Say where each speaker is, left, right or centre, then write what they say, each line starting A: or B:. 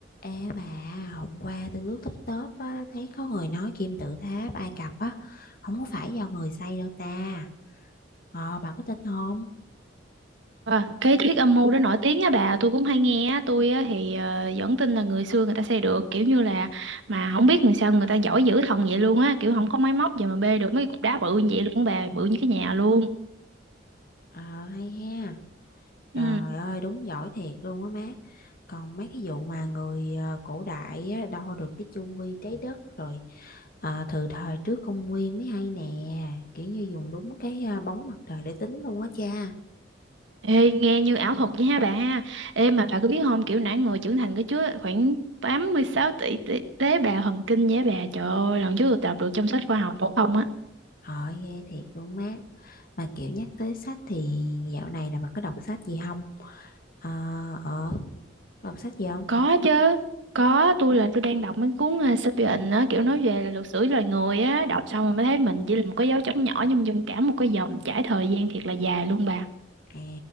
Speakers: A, on the left; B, on the right.
A: Ê bà, hôm qua tôi lướt TikTok á, thấy có người nói kim tự tháp Ai Cập á, không có phải do người xây đâu ta. Ờ, bà có tin không?
B: À, cái thuyết âm mưu đó nổi tiếng á bà tôi cũng hay nghe á tôi á thì ờ, vẫn tin là người xưa người ta xây được kiểu như là mà không biết người sao người ta giỏi dữ thần vậy luôn á kiểu không có máy móc gì mà bê được mấy cục đá bự như vậy luôn á bà bự như cái nhà luôn
A: Ờ, hay ha. Trời
B: ừ
A: ơi, đúng giỏi thiệt luôn á má. Còn mấy cái vụ mà người ờ, cổ đại á, đo được cái chu vi trái đất rồi ờ, từ thời trước công nguyên mới hay nè. Kiểu như dùng đúng cái ờ, bóng mặt trời để tính luôn á cha.
B: ê nghe như ảo thuật vậy ha bà ha ê mà bà có biết không kiểu nãy người trưởng thành có chứa khoảng 86 tỷ, tỷ tế bào thần kinh vậy á bà trời ơi lần trước tôi đọc được trong sách khoa học phổ thông á
A: Ờ, ghê thiệt luôn má. Mà kiểu nhắc tới sách thì dạo này là bà có đọc sách gì không? Ờ, ờ, có đọc sách gì không?
B: Có chứ, có, tôi là tôi đang đọc mấy cuốn uh, Sapiens á, kiểu nói về là luật sử loài người á, đọc xong rồi mới thấy mình chỉ là một cái dấu chấm nhỏ nhưng trong cả một cái dòng trải thời gian thiệt là dài luôn bà.
A: À,